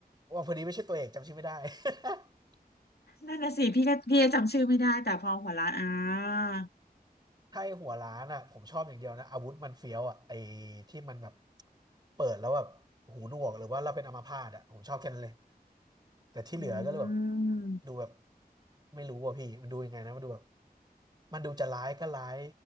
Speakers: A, on the right; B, on the left.
A: ว่าพอดีไม่ใช่ตัวเอกจำชื่อไม่ได้ <laughs>
B: นั่นน่ะสิพี่ก็พี่จำชื่อไม่ได้แต่พอหัวล้านอ่า
A: ใช่หัวร้านอ่ะผมชอบอย่างเดียวนะอาวุธมันเฟี้ยวอ่ะไอ้ที่มันแบบเปิดแล้วแบบหูหนวกหรือว่าเราเป็นอัมพาตอ่ะผมชอบแค่นั้นเลยแต่ที่เหลือก็เลยแบบ
B: อืม
A: ดูแบบไม่รู้อ่ะพี่มันดูยังไงนะมันดูแบบมันดูจะร้ายก็ร้าย